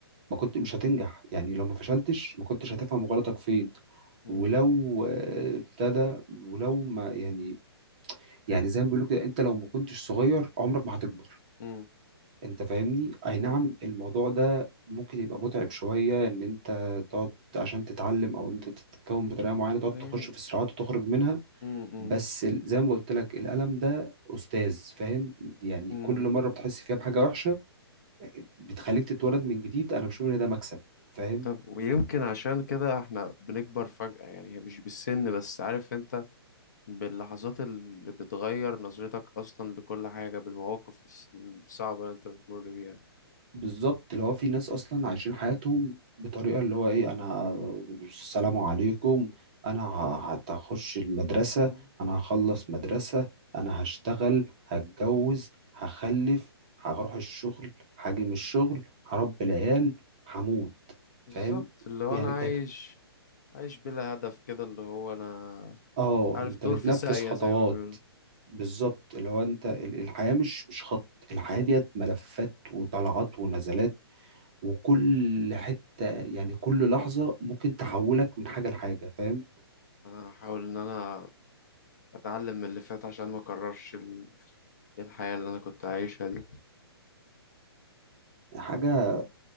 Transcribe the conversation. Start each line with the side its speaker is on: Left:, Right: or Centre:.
Right: ما كنت مش هتنجح يعني لو ما فشلتش ما كنتش هتفهم غلطك فين
Left: مم.
Right: ولو آه، ابتدى ولو ما يعني يعني زي ما بيقولوا كده انت لو ما كنتش صغير عمرك ما هتكبر
Left: مم.
Right: انت فاهمني اي
Left: مم.
Right: نعم الموضوع ده ممكن يبقى متعب شويه ان انت تقعد عشان تتعلم او انت تتكون بطريقه معينه تقعد
Left: يعني
Right: تخش في صراعات وتخرج منها
Left: مم. مم.
Right: بس ال- زي ما قلت لك الألم ده أستاذ فاهم يعني
Left: مم.
Right: كل مرة بتحس فيها بحاجة وحشة بتخليك تتولد من جديد أنا بشوف إن ده مكسب فاهم
Left: طب ويمكن عشان كده احنا بنكبر فجأة يعني هي مش بالسن بس عارف انت باللحظات اللي بتغير نظرتك اصلا لكل حاجة بالمواقف الص- الصعبة اللي انت بتمر بيها
Right: بالظبط اللي هو في ناس أصلا عايشين حياتهم بطريقة اللي هو إيه أنا السلام عليكم أنا ه- هخش المدرسة
Left: مم.
Right: أنا هخلص مدرسة أنا هشتغل هتجوز هخلف هروح الشغل هاجي من الشغل هربي العيال هموت
Left: بالظبط
Right: فاهم
Left: اللي هو
Right: يعني
Left: انا عايش عايش بلا هدف كده اللي هو انا
Right: اه
Left: عارف
Right: انت
Left: طور
Right: بتنفذ
Left: في ساقية
Right: خطوات
Left: زي ما بيقولوا
Right: بالظبط اللي هو انت ال- الحياة مش مش خط الحياة ديت ملفات وطلعات ونزلات وكل حتة يعني كل لحظة ممكن تحولك من حاجة لحاجة فاهم
Left: انا هحاول ان انا اتعلم من اللي فات عشان ما اكررش ال- الحياة اللي انا كنت عايشها دي
Right: حاجة